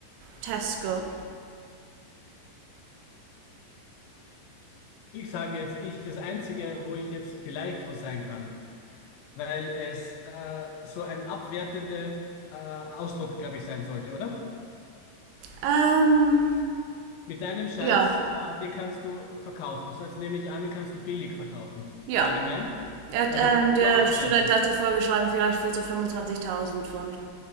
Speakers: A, on the right (about 85°); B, on the left (about 80°).
A: Tesco.
B: Ich sage jetzt, ich, das Einzige, wo ich jetzt vielleicht was sein kann. weil es äh, so ein abwertender äh, Ausdruck, glaube ich, sein sollte, oder?
A: Ähm,
B: Mit deinem Scheiß,
A: Ja,
B: äh, den kannst du verkaufen. So, jetzt nehme ich an, den kannst du billig verkaufen.
A: ja.
B: War gemeint?
A: Er hat,
B: Also
A: ähm,
B: nur
A: der
B: abwertend.
A: Student hatte vorgeschlagen, vielleicht für so fünfundzwanzigtausend Pfund.